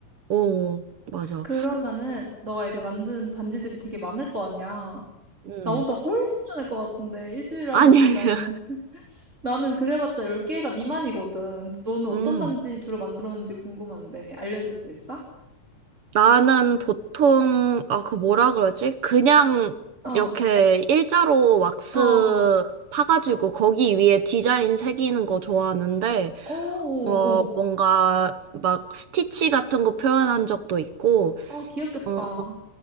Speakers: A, on the right; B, on the right.
A: 오, 맞아.
B: 그러면은 너가 이제 만든 반지들이 되게 많을 거 아니야.
A: 음.
B: 나보다 훨씬 많을 것 같은데. 일주일에 한
A: 아니,
B: 번씩
A: 아니야.
B: 가면은. <laughs> 나는 그래봤자 10개가 미만이거든. 너는 어떤
A: 음.
B: 반지 주로 만들었는지 궁금한데 알려줄 수 있어?
A: 나는 보통, 아, 그 뭐라 그러지? 그냥
B: 어.
A: 이렇게 일자로 왁스
B: 어어.
A: 파가지고 거기 위에 디자인 새기는 거 좋아하는데,
B: 어어
A: 어,
B: 어. 어어
A: 뭔가 막 스티치 같은 거 표현한 적도 있고,
B: 아 귀엽겠다.
A: 어,